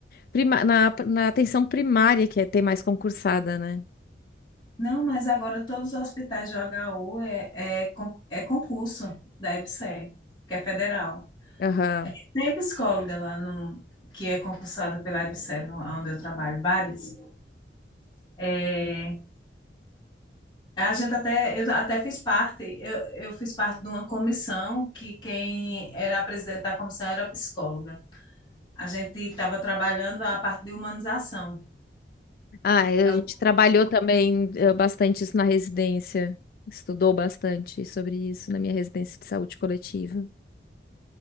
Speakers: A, on the left (about 55°); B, on the left (about 25°).
A: prima, na, na atenção primária, que é ter mais concursada, né?
B: não, mas agora todos os hospitais de HU é, é, con- é concurso da EBSER, que é federal.
A: Aham.
B: Tem psicóloga lá no, que é concursada pela EBSER, no, onde eu trabalho, várias. É, a gente até, eu até fiz parte, eu, eu fiz parte de uma comissão que quem era a presidente da comissão era psicóloga. A gente estava trabalhando a parte de humanização.
A: Ah, a
B: É
A: gente
B: o
A: trabalhou também eh, bastante isso na residência. Estudou bastante sobre isso na minha residência de saúde coletiva.